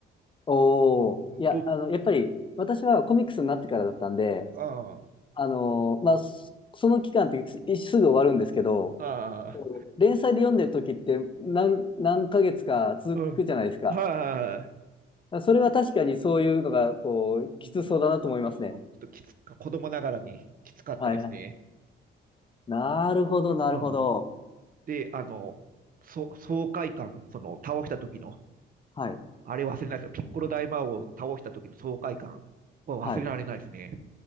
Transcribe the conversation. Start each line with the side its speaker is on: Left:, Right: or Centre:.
Left: おおいや、
Right: ど、
Left: あの、やっぱり、私はコミックスになってからだったんで、
Right: あ
Left: あのーまあ、そその期間ってす、すぐ終わるんですけど、
Right: あ、
Left: こう、
Right: ああ、
Left: 連載で読んでる時って何、何ヶ月か続くじゃないですか。
Right: うん、は
Left: それは確かにそういうのが、こう、
Right: い、
Left: きつそうだなと思いますね。
Right: うん、もうんちょっときつか、子供ながらにきつかったですね。
Left: はいはい。なるほど、なるほど。
Right: うん、で、あの、そ爽快感、その倒した時の、
Left: はい
Right: あれ忘れないですよ。ピッコロ大魔王を倒した時の爽快感は忘れられないですね。
Left: はい。